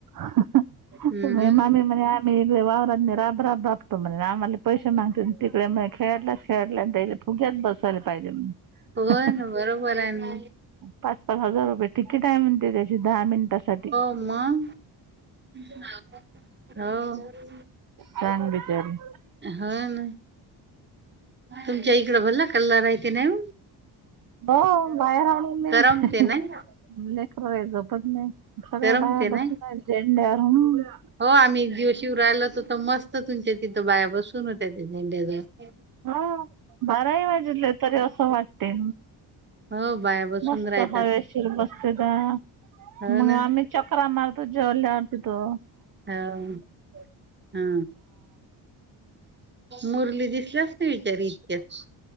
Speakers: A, on the right (about 45°); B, on the right (about 20°).
A: अहं
B: हम्म
A: म माय मेम्ब्रेन. मी इथल्या वावरातन राब राब राबतो म्हणलं आम्हाला पैशे नाय. तिकडे म खेळाडलाच खेळाडल्या फुग्यात बसायला पाहिजेल अहं.
B: हो ना बरोबर आहे ना.
A: पाच पाच हजार रुपये टिकेट आहे म्हणते त्याची दहा मिनटासाठी.
B: म हो.
A: छान बिचारी.
B: हा ना. तुमच्या इकडं व्हल्ला कल्ला राह ते नाही म.
A: हो बाहेर आलो मी
B: करमते
A: ह ह.
B: नाही
A: लेकरं बाळ झोपत नाही सगळ्या
B: करमते
A: बाया
B: नाही
A: बसून आहे झेंड्यावर हुं.
B: हो आम्ही जीव शिवरायालाच होतो. मस्त तुमच्या तिथं बाया बसून होत्या त्या झेंड्याजव.
A: ह बारही वाजीतले तरी असं वाटतय.
B: हो बाया बसून
A: मस्त
B: राहतात
A: हवेशीर मस्त गार
B: हो
A: मग
B: ना
A: आम्ही. चकरा मारतो जेवल्यावर पितो.
B: हम्म. हा मुरली दिसल्यास नाही दारी इतक्यात.